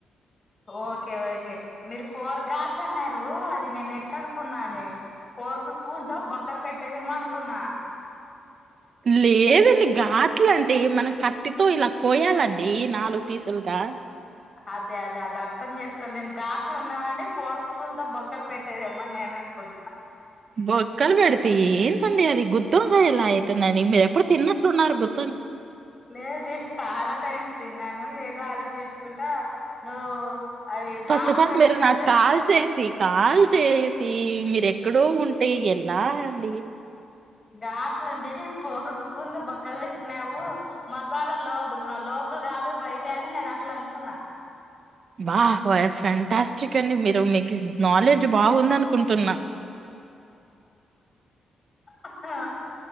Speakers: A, on the left; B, on the right.
A: ఓకే ఓకే మీరు ఫోర్ ఘాట్స్ అన్నారు అది నేను ఎట్లా అనుకున్నాను ఫోర్కు స్పూన్ తో బొక్కలు పెట్టేదేమో అనుకున్నా
B: లేదండి ఘాట్లం అంటే మనం కత్తితో ఇలా కోయాలండి నాలుగు పీసులుగా
A: అదే అదే అది అర్థం చేసుకోవాలి నేను ఘాట్లు అన్నావని ఫోర్క్ స్పూన్ తో బొక్కలు పెట్టేదేమో నేన్ అన్ కున్న
B: బొక్కలు పెడితె ఏంతండి అది గుత్తు వంకాయ్ ఎలా అయితుందండి మీరెప్పుడు తిన్న ఉన్నారు గుత్
A: లేదు లేదు చాలా టైమ్ తిన్నాను ఏదో ఆలో చేంచుకుంటా నువ్వు అవి
B: ఫస్ట్
A: ఘాట్లు
B: ఆఫ్ ఆల్
A: పెట్టాలంటే
B: మీరు నాకు కాల్ చేసి కాల్ చేసి మీరు ఎక్కడో ఉంటే ఎలా అండి
A: ఘాట్ల అంటే నేను ఫోర్ స్పూన్ బొక్కలు పెట్టినావు మసాలా లో లో లోపల గాదు బయట అని నేను అట్లా అనుకున్నా
B: బా ఫ్యాంటాస్టిక్ అండి మీరు మీకు నాలెడ్జ్ బాగుంది అను కుంటున్నా
A: ఆ హాఆ